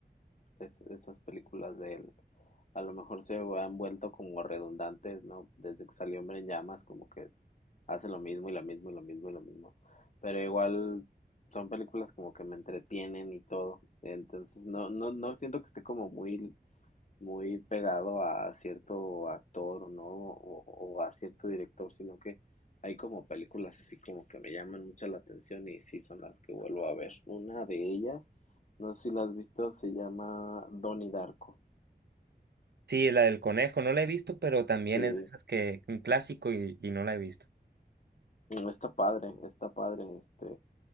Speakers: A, on the left; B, on the right.
A: es- esas películas de él a lo mejor se han vuelto como redundantes, ¿no? Desde que salió Hombre en Llamas, como que hace lo mismo y lo mismo y lo mismo y lo mismo. Pero igual son películas como que me entretienen y todo. Entonces no, no, no siento que esté como muy muy pegado a cierto actor, ¿no? O, o a cierto director, sino que hay como películas así como que me llaman mucho la atención y sí son las que vuelvo a ver. Una de ellas, no sé si la has visto, se llama Donnie Darko.
B: Sí, la del conejo, no la he visto, pero también
A: Sí,
B: es de esas que un clásico y, y no la he visto.
A: mm, está padre, está padre, este,